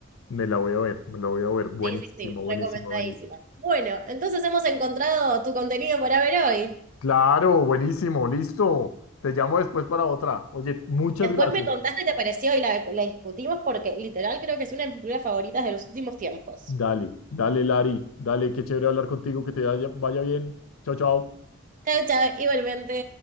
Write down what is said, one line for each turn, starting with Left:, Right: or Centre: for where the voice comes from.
Left: me la voy a ver, me la voy a ver. Buenísimo,
Right: Sí, sí, sí,
Left: buenísimo,
Right: recomendadísima.
Left: buenísimo.
Right: Bueno, entonces hemos encontrado tu contenido para ver hoy.
Left: Claro, buenísimo, listo. Te llamo después para otra. Oye, muchas
Right: Después
Left: gracias.
Right: me contaste qué te pareció y la, la discutimos porque literal creo que es una de mis películas favoritas de los últimos tiempos.
Left: Dale, dale, Lari. Dale, qué chévere hablar contigo, que te vaya, vaya bien. Chao, chao.
Right: Chao, chao, igualmente.